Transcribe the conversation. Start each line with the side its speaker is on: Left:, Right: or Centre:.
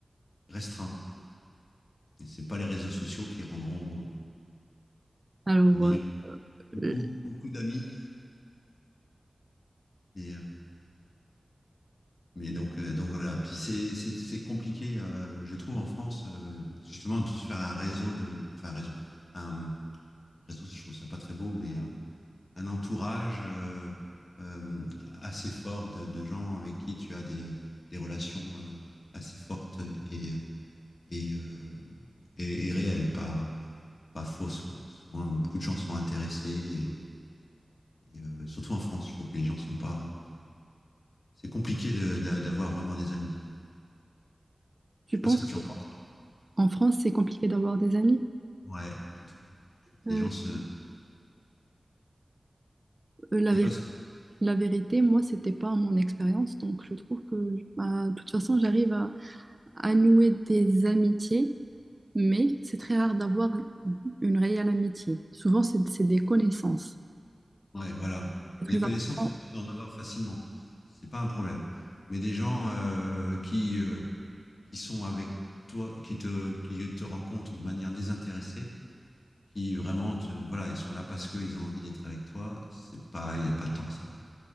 Left: restreint. Et c'est pas les réseaux sociaux qui rendront heureux.
Right: Alors,
Left: En ayant
Right: euh,
Left: beaucoup,
Right: euh,
Left: beaucoup d'amis. Et, euh, mais donc, euh, donc voilà. Puis c'est, c'est, c'est compliqué, euh, je trouve, en France, euh, justement, de se faire un réseau de, enfin, un réseau, un, réseau, je trouve ça pas très beau, mais un, un entourage euh, euh, assez fort de, de, gens avec qui tu as des, des relations euh, assez fortes et, euh, et, euh, et, et réelles, pas, pas fausses. Quoi. Souvent, beaucoup de gens sont intéressés, et, et euh, surtout en France, je trouve que les gens sont pas... C'est compliqué d'avoir de, d'avoir vraiment des amis.
Right: tu
Left: Je sais
Right: penses
Left: pas ce que tu en penses.
Right: qu'en France, c'est compliqué d'avoir des amis?
Left: Ouais, je trouve. Je trouve que
Right: Euh,
Left: les gens se.
Right: euh, la,
Left: Je
Right: vé-
Left: sais pas ce
Right: la vérité, moi, c'était pas mon expérience, donc je trouve que, bah, de toute façon, j'arrive à, à nouer des amitiés, mais c'est très rare d'avoir une réelle amitié. Souvent, c'est c'est des connaissances.
Left: Ouais, voilà.
Right: C'est très
Left: Des connaissances,
Right: important.
Left: on pourrait en avoir facilement. C'est pas un problème. Mais des gens euh, qui, euh, qui sont avec toi, qui te, qui te rencontrent de manière désintéressée, qui vraiment te, voilà, ils sont là parce qu'ils ont envie d'être avec toi, c'est pas, il n'y a pas tant que ça, quoi.